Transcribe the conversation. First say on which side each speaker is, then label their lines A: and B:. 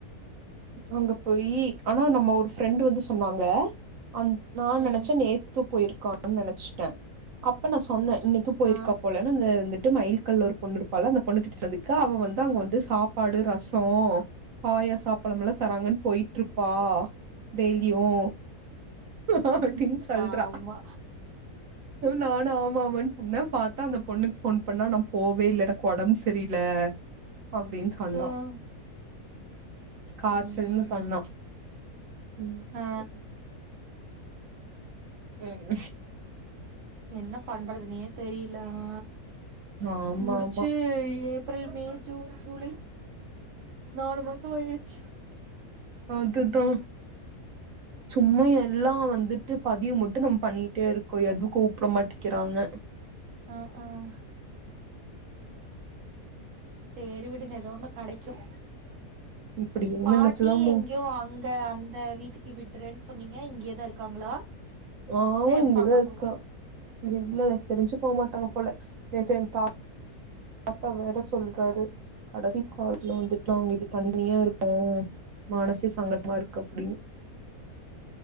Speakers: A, on the right; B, on the right.
A: அங்க போயி ஆனா நம்ம ஒரு ஃபிரண்டு் வந்து சொன்னாங்க அந் நான்
B: ம்
A: நினைச்சேன் நேத்து போயிருக்கான்னு நினைச்சுட்டேன் அப்ப நா சொன்னே இன்னைக்கு போயிருக்கா
B: ஆ
A: போலன்ன அந்த த மயில் கல்ல ஒரு பொண்ணு இருப்பால் அந்த பொண்ணு கிட்ட சந்தி அவ வந்து அங்க வந்து சாப் பாடு ரசோம் பாய சாப் பழம்ல தராங்கன்னு போயிட்டு இருப்பா டெய்லியும் அப்படின்னு சொல்றா
B: ஆமா
A: நானும் ஆமா ஆமானு சொன்னேன் பாத்தான் அந்த பொண்ணுக்கு போன் பண்ணா நான் போவே இல்ல எனக்கு உடம்பு சரில அப்பிடின்னு சொன்னோம்
B: ம்
A: காய்ச்சல்ன்னு
B: ம்
A: சொன்னா ம்
B: ஆ
A: சரி ம்
B: என்ன பண்றதுனே தெரில நா
A: ஆமா
B: முடிச்சு
A: ஆமா
B: ஏப் ஏப்ரல் மே ஜூன் ஜூலை நாலு மாசம் ஆயிருச்சு
A: அது தான் சும்மா எல்லாம் வந்து விட்டு பதிவு மட்டும் நம்ம பண்ணிட்டே இருக்கோம் எதுவும் கூப்பிட மாட்டிக்கிறாங்க
B: ஆஹ் ஆஹ் சரி விடுங்க எத ஒன்னு கடைக்கும்
A: இப்டியே
B: பாட்டி
A: நெனச்சுதா மு
B: எங்கோ அங்க அந்த வீட்டுக்கு விட்டுறேன் சொன்னீங்க இங்கே தான் இருக்காங்களா
A: ஆம்
B: இல்ல எப்ப
A: இங்கதான்
B: அங்க
A: இருக்கா
B: போவ
A: இல்ல எனக்கு தெரிஞ்சு போகமாட்டாங்க போல நேத்து எங்க தா தாத்தா வேற சொல்றாரு கடைசி காலத்துல வந்துட்டா அங்க தனியா இருக்கும் மனசே சங்கட்டமா இருக்கு அப்டின்னு